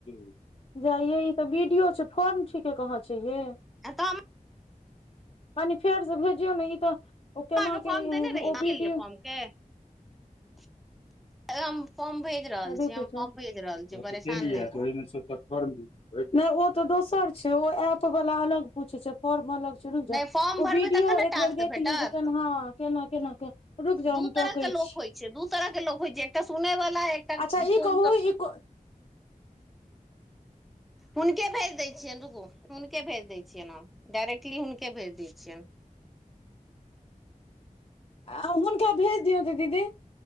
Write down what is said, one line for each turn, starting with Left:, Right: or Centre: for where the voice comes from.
Left: <inaudible> जा यै इ तऽ वीडियो छै फॉर्म ठी केँ कहाँ छैये
Centre: <unintelligible>
Left: <inaudible> कनि फेर से भेजियौ नऽ इ तऽ ओ केना
Centre: अहाँके फॉर्म
Left: केँ
Centre: देने
Left: हे इ
Centre: रही ने
Left: ओ विडियो
Centre: <unintelligible>
Left: रुक
Centre: हम
Left: जाओ
Centre: फॉर्म भेज रहल
Left: <inaudible> <unintelligible>
Centre: छी परेशान
Left: फार्म
Centre: नहि हो
Left: भैर दही नहि ओ तऽ दोसर छै ओ एप वला अलग पूछ छै फॉर्म अलग रुक जाउ
Centre: नहि फॉर्म भरबै
Left: ओ वीडियो
Centre: तखन ने
Left: एक
Centre: टास्क
Left: बेर देख
Centre: भेटत
Left: लियौ जे केना केना केना के रुकि जाउ
Centre: दू
Left: हम
Centre: तरह
Left: तोकै
Centre: के लोक
Left: छी
Centre: होइ दू तरह के लोक होइ छै एकटा सुनै वला एकटा
Left: अच्छा
Centre: फोन
Left: <unintelligible>
Centre: हुन केँ भेज दै छियनि रुक हुनकेँ भेज देै छियैनि डायरेक्टली हुनकेँ भेज दै छियन
Left: आ हुनकोँ भेज दिऔ तऽ दीदी